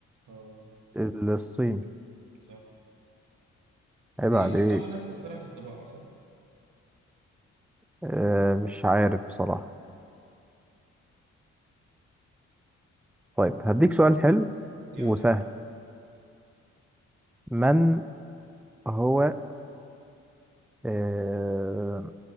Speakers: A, on the right; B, in the centre.
A: اه
B: الصين
A: صح
B: عيب
A: وتقريبا
B: عليك
A: برضه اول ناس اخترعت الطباعه صح
B: آه مش عارف بصراحه طيب هديك سؤال حلو
A: يلا
B: وسهل من هو آه